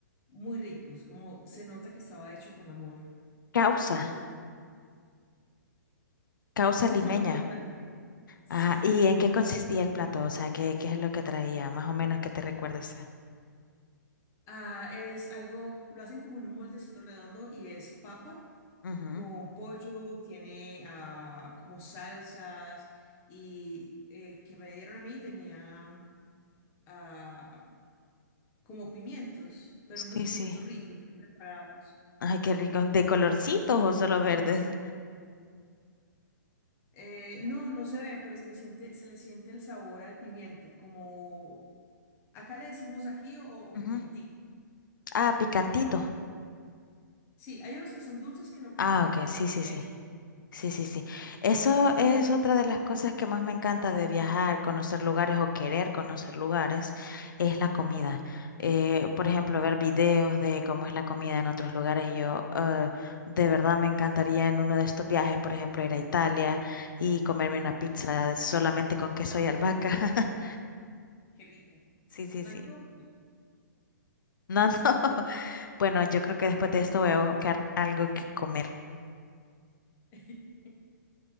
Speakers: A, on the left (about 25°); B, on the left (about 80°).
A: muy ricos, como se nota que estaba hecho con amor,
B: Causa,
A: con gusto.
B: causa
A: Se
B: limeña.
A: llama causa limeña. <laughs> Sí.
B: Ajá, ¿y en qué consistía el plato? O sea, ¿qué, qué es lo que traía? Más o menos que te recuerdes.
A: Ah, es algo, lo hacen como en un moldecito redondo y es papa
B: Ujú.
A: con pollo, tiene ah, como salsas y el que me dieron a mí tenía ah, como pimientos, pero
B: Sí,
A: unos pimientos
B: sí.
A: ricos, bien preparados.
B: Ay, qué rico. ¿De colorcitos o solo verdes?
A: Eh, no, no se ve, pero se le siente, se le siente el sabor al pimiento, como acá le decimos ají o, o
B: Ujú.
A: pimientico.
B: Ah, picantito.
A: Sí, hay unos que son dulces que no pican,
B: Ah, ok, sí,
A: pero
B: sí,
A: eso,
B: sí. Sí, sí, sí. Eso es otra de las cosas que más me encanta de viajar, conocer lugares o querer conocer lugares, es la comida. Eh, por ejemplo, ver videos de cómo es la comida en otros lugares. Yo eh, de verdad me encantaría en uno de estos viajes, por ejemplo, ir a Italia y comerme una
A: uf,
B: pizza solamente con queso y albahaca. <laughs>
A: qué rico.
B: Sí, sí,
A: Me
B: sí.
A: antojo.
B: No, <laughs> no. Bueno, yo creo que después de esto voy a buscar algo que comer.
A: <laughs>